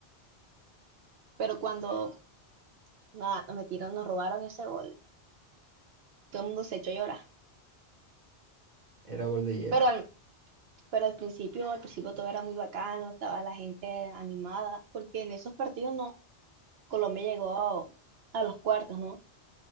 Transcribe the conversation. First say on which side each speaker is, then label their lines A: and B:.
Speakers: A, on the right (about 70°); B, on the right (about 45°).
A: Pero cuando nada, nos metieron, nos robaron ese gol, todo el mundo se echó a llorar.
B: Era gol de Yepes.
A: Pero al, pero al principio, al principio todo era muy bacano, estaba la gente animada, porque en esos partidos no, Colombia llegó a, a los cuartos, ¿no?